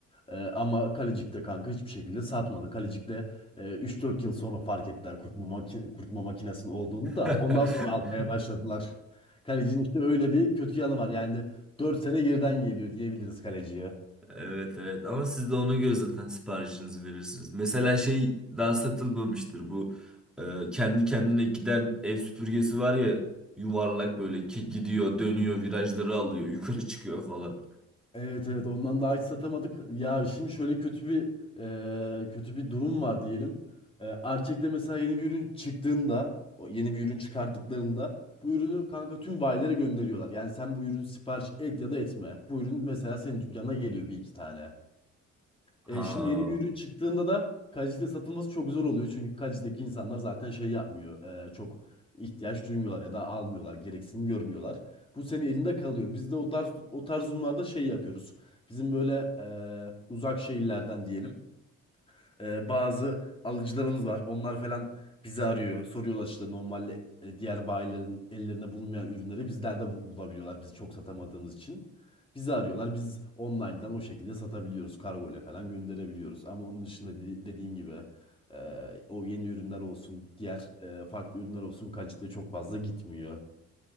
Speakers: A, on the left (about 20°); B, in the centre.
A: Ee, ama Kalecik'te kanka hiçbir şekilde satmadı. Kalecik'te e, 3-4 yıl sonra fark ettiler kurutma, makine, kurutma makinesinin olduğunu da
B: <laughs>
A: ondan sonra almaya başladılar. Kalecinin işte öyle bir kötü yanı var. Yani 4 sene geriden geliyor diyebiliriz kaleciye.
B: Evet evet ama siz de ona göre zaten siparişinizi verirsiniz. Mesela şey daha satılmamıştır bu e, kendi kendine giden ev süpürgesi var ya yuvarlak böyle ki gidiyor dönüyor virajları alıyor yukarı çıkıyor falan.
A: Evet evet ondan daha hiç satamadık. Ya şimdi şöyle kötü bir e, kötü bir durum var diyelim. E, Arçelik'le mesela yeni bir ürün çıktığında o yeni bir ürün çıkarttıklarında bu ürünü kanka tüm bayilere gönderiyorlar. Yani sen bu ürünü sipariş et ya da etme. Bu ürün mesela senin dükkana geliyor bir iki tane. E,
B: Ha.
A: şimdi yeni bir ürün çıktığında da kaliteli satılması çok zor oluyor. Çünkü kalitedeki insanlar zaten şey yapmıyor. e, çok ihtiyaç duymuyorlar ya da almıyorlar, gereksinim görmüyorlar. Bu senin elinde kalıyor. Biz de o tarz o tarz durumlarda şey yapıyoruz. Bizim böyle e, uzak şehirlerden diyelim e, bazı alıcılarımız var. Onlar falan bizi arıyor. Soruyorlar işte normalde e, diğer bayilerin ellerine bulunmayan ürünleri bizlerde bu- bulabiliyorlar. Biz çok satamadığımız için. Bizi arıyorlar. Biz online'dan o şekilde satabiliyoruz. Kargo ile falan gönderebiliyoruz. Ama onun dışında dedi- dediğim gibi e, o yeni ürünler olsun, diğer e, farklı ürünler olsun kalitede çok fazla gitmiyor.